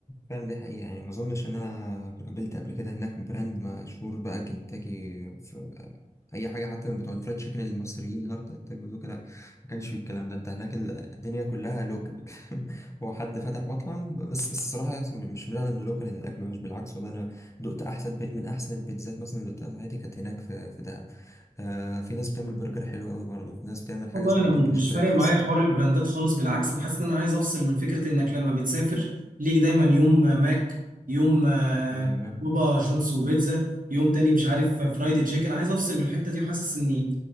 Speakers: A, on the left; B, on the right.
A: فعلا دي حقيقة يعني ما أظنش إن أنا قابلت قبل كده هناك براند مشهور بقى كنتاكي في أي حاجة حتى من بتوع الفرايد تشيكن المصريين هارت أتاك بازوكا لأ ما كانش فيه الكلام ده أنت هناك الدنيا كلها لوكال <laughs> هو حد فتح مطعم بس الصراحة مش معنى إنه لوكال إن الأكل وحش بالعكس والله أنا دقت أحسن بي- من أحسن البيتزات مثلا اللي دقتها في حياتي كانت هناك في في دهب آه في ناس بتعمل برجر حلو أوي برضه في ناس بتعمل حاجة
B: والله
A: اسمها
B: انا م-
A: الإنجليش
B: مش
A: بريكفاست
B: فارق معايا حوار البراندات خالص بالعكس انا حاسس ان انا عايز افصل من فكره انك لما بتسافر ليك دايما يوم آه، ماك يوم آه،
A: أيوه
B: بابا جونز وبيتزا يوم تاني مش عارف آه، فرايدي تشيكن عايز افصل من الحته دي وحاسس اني